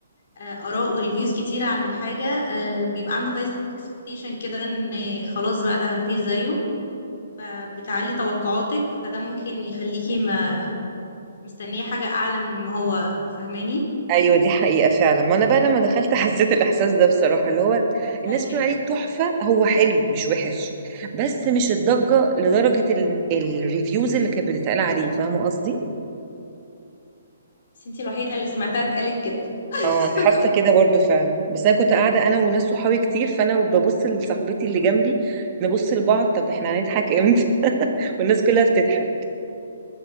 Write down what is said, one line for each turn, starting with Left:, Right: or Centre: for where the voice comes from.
Left: آه، آراء وريفيوز كتيرة عن الحاجة آه، بيبقى عنده هاي اكسبكتيشن كده ان خلاص بقى ده مفيش زيه فبتعلي توقعاتك فده ممكن يخليكي
Right: لما
Left: ما مستنية حاجة أعلى من ما هو فاهماني
Right: ايوه دي حقيقة فعلا ما انا بقى لما دخلت <laughs> حسيت الاحساس ده بصراحة اللي هو
Left: ممكن
Right: الناس بتقول عليه تحفة هو حلو مش وحش بس مش الضجة لدرجة ال... الريفيوز اللي كانت بتتقال عليه فاهمة قصدي؟
Left: بس انتي الوحيدة اللي سمعتها اتقالت كده <laughs>
Right: اه انا حاسة كده برضو فعلا بس انا كنت قاعدة انا وناس صحابي كتير فانا ببص لصاحبتي اللي جنبي نبص لبعض طب احنا هنضحك امتى <laughs> والناس كلها بتضحك